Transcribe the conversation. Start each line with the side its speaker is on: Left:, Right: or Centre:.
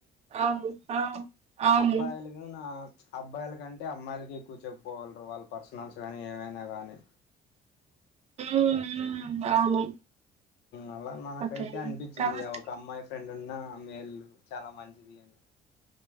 Right: అవును అవును
Left: అబ్బాయిలకు నా అబ్బాయిల కంటే అమ్మాయిలకి ఎక్కువ చెప్పుకోవలరు వాళ్ళ పర్సనల్స్ కానీ ఏమైనా కానీ
Right: ఉ అవును
Left: అలా నాకైతే
Right: ఓకే
Left: అనిపించింది
Right: కాబట్టి
Left: ఆ ఒక అమ్మాయి ఫ్రెండ్ ఉన్న మేలు చాలా మంచిది అని